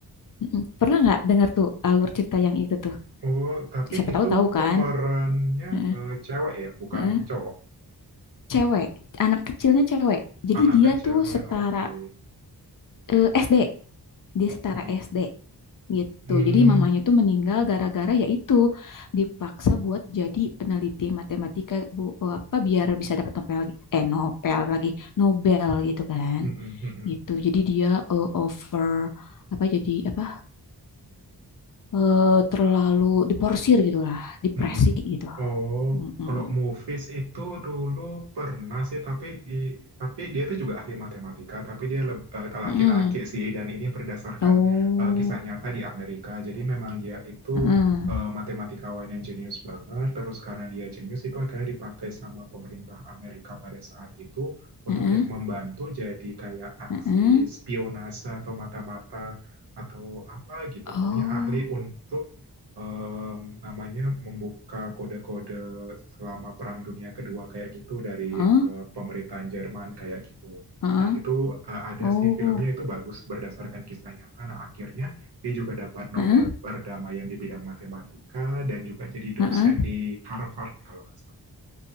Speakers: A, on the left; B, on the right.
A: Mm-mm. Pernah nggak dengar tuh alur cerita yang itu tuh?
B: Oh tapi
A: siapa
B: itu
A: tahu tahu kan
B: pemerannya
A: Heeh,
B: eh, cewek ya, bukan
A: heeh.
B: cowok.
A: cewek anak kecilnya cewek jadi
B: Anak
A: dia
B: kecilnya
A: tuh setara
B: oke.
A: eh, SD dia setara
B: Mm-mm.
A: SD gitu
B: Mm,
A: jadi mamanya tuh meninggal gara-gara yaitu dipaksa buat jadi peneliti matematika bu eh, apa biar bisa dapat Nobel lagi eh Nobel lagi Nobel gitu kan
B: mm-mm, mm-mm.
A: gitu jadi dia eh, over apa jadi apa <sighs> eh, terlalu diporsir gitu lah depresi
B: Mm-mm.
A: gitu
B: Oh,
A: Mm-mm.
B: kalau movies itu dulu pernah sih, tapi di, tapi dia itu juga ahli matematika, tapi dia leb- eh, tak laki-laki
A: Mm-mm.
B: sih, dan ini berdasarkan
A: Oh,
B: eh, kisah nyata di Amerika. Jadi memang dia itu
A: heeh,
B: eh, matematikawan yang jenius banget. Terus karena dia jenius itu akhirnya dipakai sama pemerintah Amerika pada saat itu untuk
A: heeh,
B: kayak membantu jadi kayak aksi
A: heeh.
B: spionase atau mata-mata atau apa gitu.
A: Oh,
B: Pokoknya ahli untuk em, namanya membuka kode-kode selama Perang Dunia Kedua kayak gitu dari
A: heeh,
B: eh, pemerintahan Jerman kayak gitu.
A: heeh.
B: Nah, itu eh, ada
A: Oh,
B: sih filmnya itu bagus berdasarkan kisah nyata. Nah, akhirnya dia juga dapat Nobel
A: heeh,
B: perdamaian di bidang matematika dan juga jadi dosen
A: heeh.
B: di Harvard kalau nggak salah.